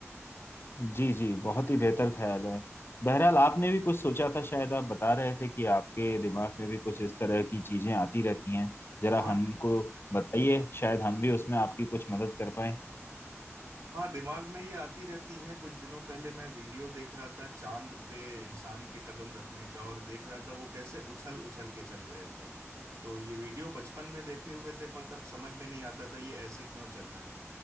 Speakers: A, on the left; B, on the right.
A: जी जी बहुत ही बेहतर ख्याल है बहरहाल आपने भी कुछ सोचा था शायद आप बता रहे थे कि आपके दिमाग में भी कुछ इस तरह की चीजें आती रहती हैं जरा
B: हाँ
A: हमको बताइए शायद हम भी उसमें आपकी कुछ मदद कर पाए
B: हाँ दिमाग में ये आती रहती है कुछ दिनों पहले मैं वीडियो देख रहा था चांद पे इंसान के कदम रखने का और देख रहा था वो कैसे उछल उछल के चल रहे थे तो ये वीडियो बचपन में देखे हुए थे पर तब समझ में नहीं आता था ये ऐसे क्यों चल रहे हैं